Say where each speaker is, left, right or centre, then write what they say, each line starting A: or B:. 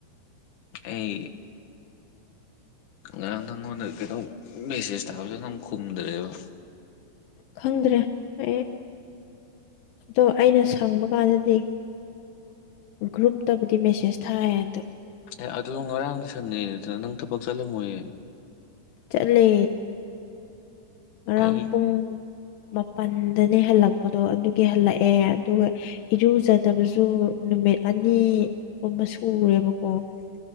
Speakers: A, on the left; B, on the left.
A: ꯑꯩ ꯉꯔꯥꯡ ꯅꯪꯉꯣꯟꯗ ꯀꯩꯅꯣ ꯃꯦꯁꯦꯁ ꯊꯕꯗꯣ ꯅꯪ ꯈꯨꯝꯗ꯭ꯔꯦꯕ
B: ꯈꯪꯗ꯭ꯔꯦ ꯑꯩ ꯑꯗꯣ ꯑꯩꯅ ꯁꯪꯕ ꯀꯥꯟꯗꯗꯤ ꯒ꯭ꯔꯨꯞꯇꯕꯨꯗꯤ ꯃꯦꯁꯦꯁ ꯊꯥꯏ ꯑꯗꯣ
A: ꯑꯦ ꯑꯗꯨ ꯉꯔꯥꯡꯗꯤ ꯁꯟꯗꯦꯅꯤꯗꯅ ꯅꯪ ꯊꯕꯛ ꯆꯠꯂꯝꯃꯣꯏꯌꯦ
B: ꯆꯠꯂꯦ ꯉꯔꯥꯡ
A: ꯑꯩ
B: ꯄꯨꯡ ꯃꯥꯄꯜꯗꯅꯦ ꯍꯜꯂꯛꯄꯗꯣ ꯑꯗꯨꯒꯤ ꯍꯜꯂꯛꯑꯦ ꯑꯗꯨꯒ ꯏꯔꯨꯖꯗꯕꯁꯨ ꯅꯨꯃꯤꯠ ꯑꯅꯤꯒꯨꯝꯕ ꯁꯨꯔꯦꯕꯀꯣ